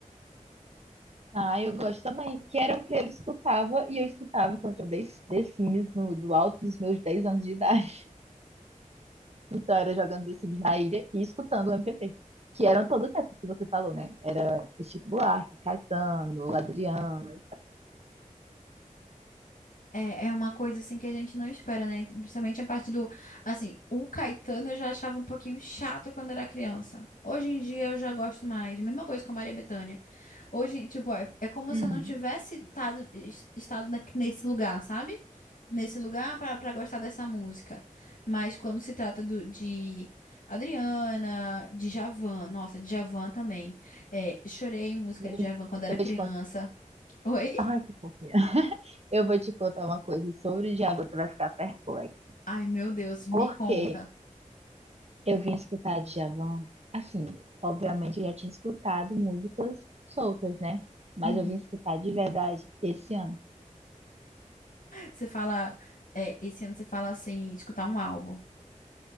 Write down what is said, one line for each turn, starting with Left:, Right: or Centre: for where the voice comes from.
Right: Ah, eu gosto também. Que era o que ele escutava e eu escutava enquanto eu dei The Sims no, do alto dos meus 10 anos de idade. Então era jogando The Sims na ilha e escutando o MPB. Que eram todas essas que você falou, né? Era Chico Buarque, Caetano, Adriano e tal.
Left: É, é uma coisa assim que a gente não espera, né? Principalmente a parte do, assim, o Caetano eu já achava um pouquinho chato quando era criança. Hoje em dia eu já gosto mais. Mesma coisa com a Maria Bethânia. Hoje, tipo, é, é como
Right: Uhum.
Left: se eu não tivesse tado- es- estado na- nesse lugar, sabe? Nesse lugar para para gostar dessa música. Mas quando se trata do, de Adriana, Djavan, nossa, Djavan também. É, chorei em música
Right: E
Left: de Djavan quando era
Right: eu
Left: criança.
Right: vou te contar.
Left: Oi?
Right: Ai, que fofinha. Eu vou te contar uma coisa sobre o Djavan, você vai ficar perplexa.
Left: Ai, meu Deus, me
Right: Porque
Left: conta.
Right: eu vim escutar Djavan, assim, obviamente eu já tinha escutado músicas soltas, né? Mas
Left: Uhum.
Right: eu vim escutar de verdade esse ano.
Left: Você fala, é, esse ano você fala assim, escutar um álbum.